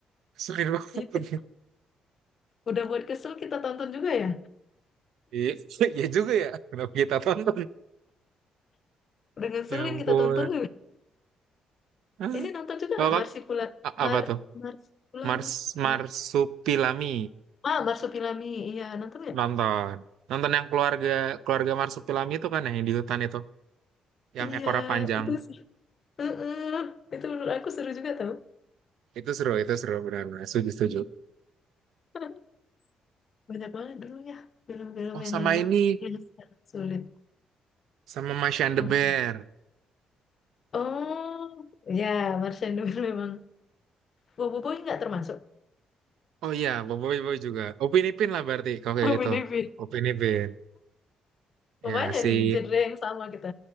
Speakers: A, on the right; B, on the left.
A: Sering banget.
B: Itu.
A: <laughs>
B: Udah buat kesel kita tonton juga ya?
A: Iya, iya juga ya. Kenapa kita tonton?
B: Udah ngeselin
A: Ya ampun.
B: kita tonton
A: Hah?
B: Ini nonton juga
A: Kalau
B: nggak
A: kan
B: Marsipula
A: a-
B: Mar
A: apa tuh?
B: Marsupilami
A: Mars Marsupilami
B: Mar ah Marsupilami iya nonton nggak?
A: nonton. Nonton yang keluarga keluarga Marsupilami itu kan ya, yang di hutan itu, yang
B: Iya
A: ekornya panjang.
B: itu sih Heeh, itu menurut aku seru juga tau
A: Itu seru, itu seru benar-benar. Setuju, setuju.
B: <laughs> banyak banget dulu ya film-film
A: Oh,
B: yang
A: sama
B: enak
A: ini,
B: yang sekarang sulit
A: sama Masha and the
B: Ampun.
A: Bear.
B: oh ya Marsha Nur <laughs> memang Bobo Boy nggak termasuk
A: Oh iya, Boboiboy Boy juga. Upin Ipin lah berarti, kalau kayak
B: Oh,
A: gitu.
B: bener
A: Upin Ipin. Ya,
B: Oh, banyak
A: si,
B: nih genre yang sama kita